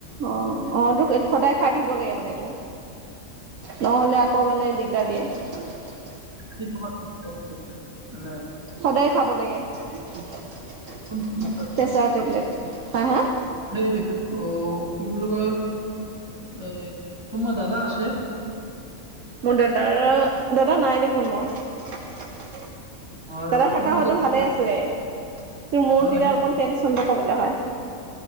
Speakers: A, on the right; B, on the right.
A: অ অ এইটো সদায় খাই দিব লাগে মানে এইটো নহ'লে আকৌ মানে দিগদাৰ দিয়ে <unintelligible>
B: সেইটো বাৰু সত্য মানে
A: সদায় খাব লাগে প্ৰেছাৰ
B: কিন্তু
A: টেবলেট হা হা <unintelligible>
B: এই অ কি বুলি কয় <unintelligible> তোমাৰ দাদা আছে
A: মোৰ দাদাৰ দাদা নাই দেখোন মোৰ দাদা
B: নহয় নহয়
A: থকা
B: তুমি
A: হয়তো
B: যে নহয়
A: ভালে আছিলে তোৰ মোৰ তেতিয়া
B: নহয় নহয়
A: অকণ টেনচনটো কমিলে হয়